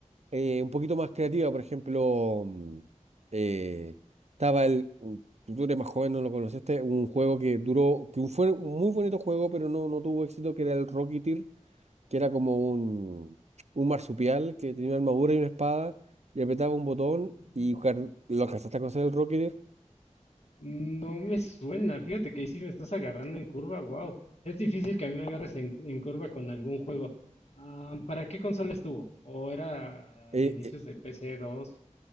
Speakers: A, on the right; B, on the left.
A: eh, un poquito más creativa. Por ejemplo, mm, eh, estaba el. un- Tú tú eres más joven, no lo conociste. Un juego que duró. Que fue un muy bonito juego, pero no, no tuvo éxito, que era el Rocketeer, que era como un, un marsupial que tenía una armadura y una espada, y apretaba un botón
B: Mm,
A: y car- lo alcanzaste a conocer el Rocketeer.
B: No me suena, fíjate que ahí sí me estás agarrando en curva, wow. Es difícil que a mí me agarres en, en curva con algún juego. Ah, ¿para qué consola estuvo? ¿O era
A: Eh,
B: de inicios
A: eh,
B: de PC 2?